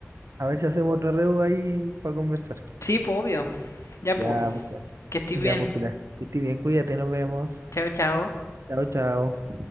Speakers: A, on the right; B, on the left.
A: A ver si hacemos otro reu ahí para conversar.
B: sí, pues obvio. Ya,
A: Ya,
B: pues,
A: pues,
B: que estés
A: ya,
B: bien.
A: pues, Pilar. Que estés bien, cuídate, nos vemos.
B: Chao, chao.
A: Chao, chao.